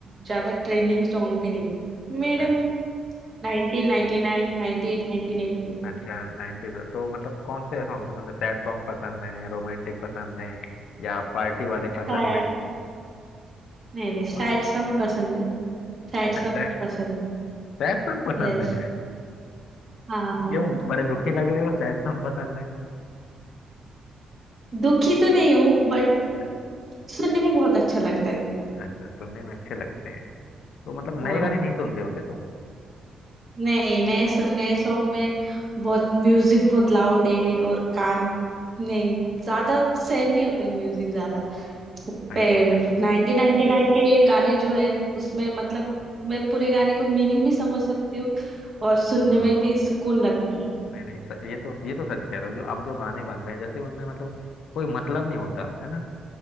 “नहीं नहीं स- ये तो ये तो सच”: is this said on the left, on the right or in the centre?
Left